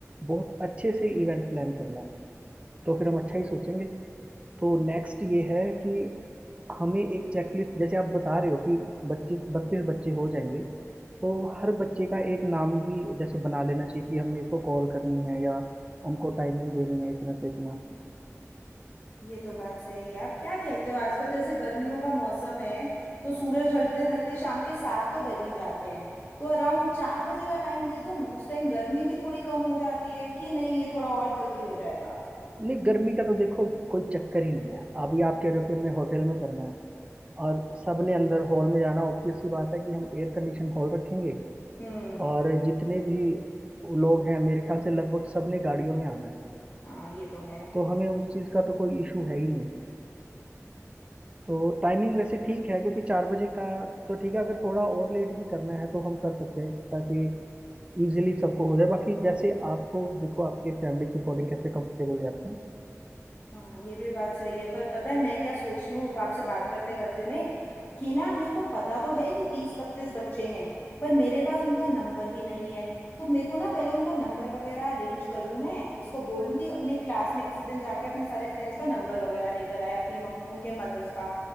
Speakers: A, on the right (about 20°); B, on the left (about 45°).
A: बहुत अच्छे से इवेंट प्लान करना है तो फिर हम अच्छा ही सोचेंगे तो नेक्स्ट ये है कि हमें एक चेकलिस्ट जैसे आप बता रहे हो कि बच्चे बत्तीस बच्चे हो जाएंगे तो हर बच्चे का एक नाम भी जैसे बना लेना चाहिए कि हमें इसको कॉल करनी है या उनको टाइमिंग देनी है इतना से इतना
B: ये तो बात सही है आप क्या कहते हो आजकल जैसे गर्मियों का मौसम है तो सूरज ढलते ढलते शाम के सात तो बज ही जाते हैं तो अराउंड चार बजे का टाइम दे दूं उस टाइम गर्मी भी थोड़ी कम हो जाती है कि नहीं ये थोड़ा और जल्दी हो जाएगा
A: नहीं गर्मी का तो देखो कोई चक्कर ही नहीं है अभी आप कह रहे हो कि हमने होटल में करना है और सबने अंदर हॉल में जाना ऑब्वियस सी बात है कि हम एयर कंडीशन हॉल रखेंगे
B: हम्म
A: और जितने भी लोग हैं मेरे ख्याल से लगभग सबने गाड़ियों में आना है
B: हाँ ये तो है
A: तो हमें उस चीज़ का तो कोई इशू है ही नहीं तो टाइमिंग वैसे ठीक है क्योंकि चार बजे का तो ठीक है अगर थोड़ा और लेट भी करना है तो हम कर सकते हैं ताकि इजीली सबको हो जाए बाकी जैसे आपको देखो आपके फैमिली के अकॉर्डिंग कैसे कंफर्टेबल रहते
B: हाँ ये भी बात सही है पर पता है मैं क्या सोच रही हूँ अब आपसे बात करते करते में कि ना मेरे को पता तो है कि तीस बत्तीस बच्चे हैं पर मेरे पास उनका नंबर भी नहीं है तो मेरे को ना पहले उनका नंबर वगैरह अरेंज करूँ मैं इसको बोलूँ कि अपने क्लास में किसी दिन जाके अपने सारे फ्रेंड्स का नंबर वगैरह लेकर आए अपनी मम, उनके मदर्स का